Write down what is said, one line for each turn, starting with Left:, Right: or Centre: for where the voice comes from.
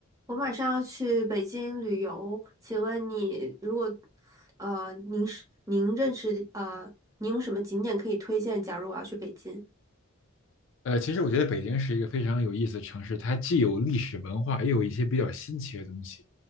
Right: 我马上要去北京旅游，请问你如果，呃，您是您认识的呃，您有什么景点可以推荐？假如我要去北京，
Left: 呃，其实我觉得北京是一个非常有意思的城市，它既有历史文化，也有一些比较新奇的东西。